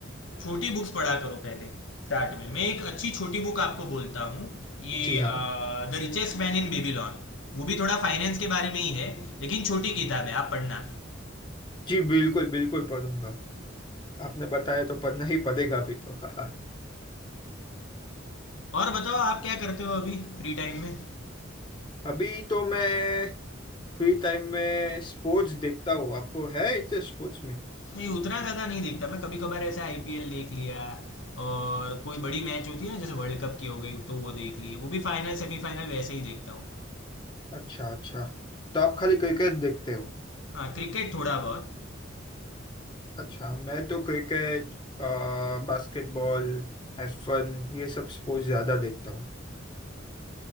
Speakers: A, on the left; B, on the left.
A: छोटी बुक्स पढ़ा करो पहले स्टार्ट में मैं एक अच्छी छोटी बुक आपको बोलता हूँ ये
B: जी हाँ
A: the richest man in Babylon वो भी थोड़ा फाइनेंस के बारे में ही है लेकिन छोटी किताब है आप पढ़ना
B: जी बिल्कुल बिल्कुल पढ़ूंगा आपने बताया तो पढ़ना ही पड़ेगा अभी तो <laughs> हाँ
A: और बताओ आप क्या करते हो अभी फ्री टाइम में
B: अभी तो मैं फ्री टाइम में स्पोर्ट्स देखता हूँ आपको है इंटरेस्ट स्पोर्ट्स में
A: नहीं उतना ज़्यादा नहीं देखता मैं कभी कभार ऐसे आईपीएल देख लिया और कोई बड़ी मैच होती है ना जैसे वर्ल्ड कप की हो गई तो वो देख ली वो भी फाइनल सेमीफाइनल वैसे ही देखता हूँ
B: अच्छा अच्छा तो आप खाली क्रिकेट देखते हो
A: हाँ क्रिकेट थोड़ा बहुत
B: अच्छा मैं तो क्रिकेट बास्केटबॉल एफ1 ये सब स्पोर्ट्स ज्यादा देखता हूँ